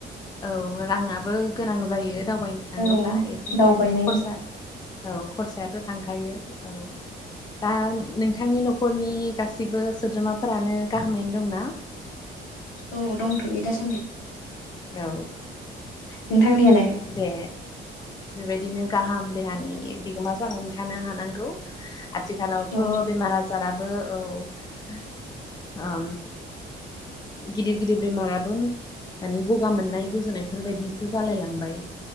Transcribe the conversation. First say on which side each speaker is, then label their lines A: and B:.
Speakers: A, on the left (about 20°); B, on the left (about 80°).
A: औ राङाबो गोनां जायो दावबायनो थाङोब्ला
B: औ
A: एसे
B: दावबायनाय
A: एनै खरसा औ खरसायाथ' थांखायो औ दा नोंथांनि न'खरनि गासिबो सोद्रोमाफोरानो गाहामैनो दंना
B: औ दंथ'यो दासान्दि
A: औ
B: नोंथांनियालाय?
A: दे बे बायदिनो गाहाम देहानि बिगोमा जानानै थानो हानांगौ। आथिखालावथ'
B: औ
A: बेमार आजाराबो औ गिदिर गिदिर बेमाराबो माने गगा मोननाय गुजुनायफोरबायायदिसो जालाय लांबाय